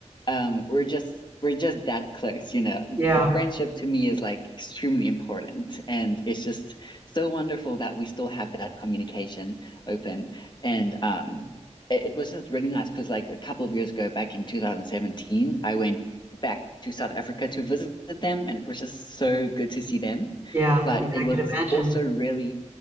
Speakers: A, on the left; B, on the right.
A: um we're just we're just that close you know
B: Yeah.
A: friendship to me is like extremely important and it's just so wonderful that we still have that communication open and um it, it was just really nice because like a couple of years ago back in 2017 I went back to South Africa to visit them and it was just so good to see them
B: Yeah.
A: but
B: Yeah,
A: it
B: I could
A: was
B: imagine.
A: also really